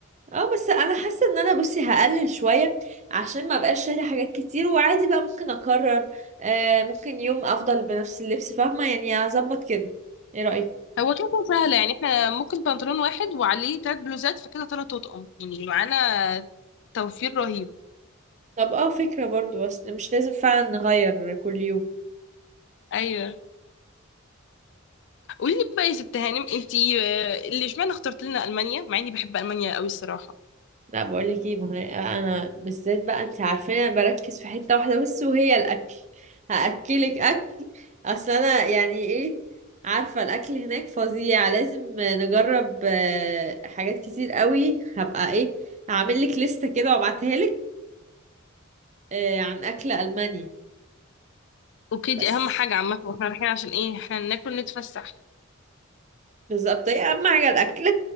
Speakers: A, on the right; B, on the left.
A: اه بس انا حاسة ان انا بصي هقلل شوية عشان ما بقاش شايلة حاجات كتير وعادي بقى ممكن اكرر آه ممكن يوم افضل بنفس اللبس فاهمة يعني هظبط كده ايه رأيك؟
B: هو كده كده سهلة يعني احنا ممكن بنطلون واحد وعليه تلات بلوزات فكده تلات أطقم يعني معانا توفير رهيب
A: طب اه فكرة برضو بس مش لازم فعلا نغير كل يوم
B: أيوه قولي لي بقى يا ست هانم انتي آه، اللي اشمعنى اخترت لنا المانيا مع اني بحب المانيا قوي الصراحه
A: لا بقول لك ايه ما انا أنا بالذات بقى انت عارفين انا بركز في حته واحده بس وهي الاكل هاكلك اكل اصل انا يعني ايه عارفه الاكل هناك فظيع لازم نجرب آه، حاجات كتير قوي هبقى ايه هعمل لك لسته كده وابعتها لك آه، عن اكل المانيا
B: اوكي
A: بس
B: دي اهم حاجه عامه واحنا رايحين عشان ايه احنا ناكل نتفسح
A: بالظبط ايه اهم حاجه الاكل